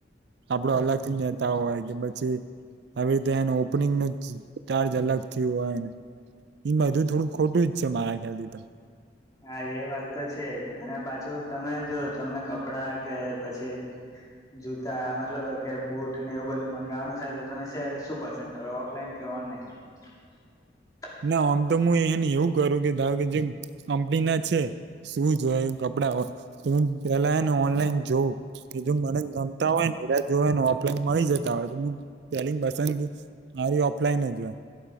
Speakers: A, on the right (about 60°); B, on the left (about 20°).
A: આપડો અલગથી નેતા હોય કે પછી આવી રીતે એને ઓપનિંગ ન ચાર્જ અલગ થી હોયને એ બધું થોડુંક ખોટું જ છે મારા ખ્યાલથી તો
B: હા એ વાત તો છે જ અને પાછું તમે જો તમને કપડા કે પછી જૂતા મતલબ કે બુટ ને એવું બધું મંગાવાનું થાય તમે શું પસંદ કરો ઓફલાઈન કે ઓનલાઈન? <inaudible>
A: ના આમ તો હું એને એવું કરું કે ધારકો કે જે કંપની ના છે શું જોય કપ પડા હૌ તો હું પેલા એને ઓન ઓલાઈન જોવ કે જો મને ગમતા હોય ને એ જોને ઓફલાઈન મળી જતા હોય તો પેલી પસંદગી મારી ઓફલાઈન જ હોય.